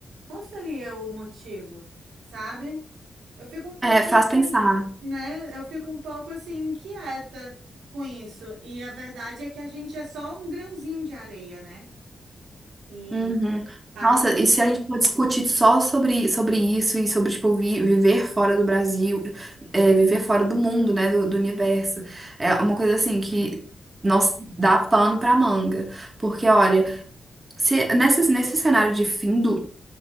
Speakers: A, on the right; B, on the right.
A: Qual seria o motivo, sabe? Eu fico um pouco,
B: É, faz
A: me pergun-
B: pensar.
A: né? Eu fico um pouco assim inquieta com isso. E a verdade é que a gente é só um grãozinho de areia, né? E
B: Uhum.
A: a
B: Nossa,
A: maioria.
B: e se a gente for discutir só sobre, sobre isso e sobre, tipo, vi- viver fora do Brasil, é, viver fora do mundo, né, do, do universo, é uma coisa assim que nós dá pano pra manga. Porque, olha, se, nesse, nesse cenário de fim do,